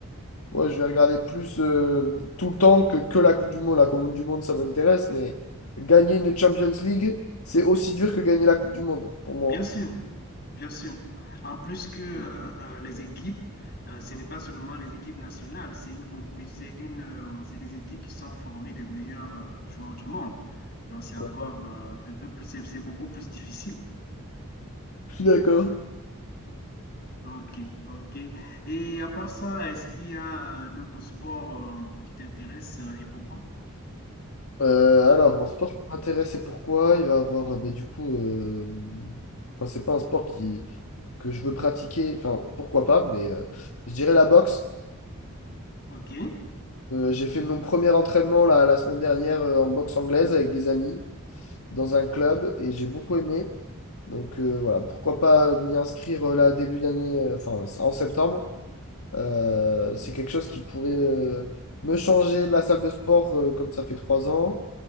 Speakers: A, on the left; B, on the left.
A: ouais, je vais regarder plus euh, tout le temps que, que la Coupe du Monde. La Coupe du Monde, ça m'intéresse. Mais gagner une Champions League, c'est aussi dur que gagner la Coupe du Monde, pour moi.
B: Bien sûr, bien sûr. En plus que euh, euh, les équipes, euh, ce n'est pas seulement les équipes nationales, c'est une, compé- c'est une, euh, c'est des équipes qui sont formées des meilleurs euh, joueurs du monde. Donc c'est encore
A: Ouais.
B: euh, un peu plus, c'est c'est beaucoup plus difficile.
A: Je suis d'accord.
B: Ok, ok. Et à part ça, est-ce qu'il y a euh, d'autres sports euh, qui t'intéressent euh, et pourquoi?
A: Euh, alors, en sport qui m'intéresse et pourquoi, il va avoir, euh, bah, du coup, euh, enfin, c'est pas un sport qui, que je veux pratiquer, enfin, pourquoi pas, mais euh, je dirais la boxe.
B: Ok.
A: Euh, j'ai fait mon premier entraînement la, la semaine dernière euh, en boxe anglaise avec des amis dans un club et j'ai beaucoup aimé. Donc euh, voilà, pourquoi pas m'y inscrire euh, là début d'année, euh, enfin en septembre. Euh, c'est quelque chose qui pourrait euh, me changer de la salle de sport euh, comme ça fait trois ans.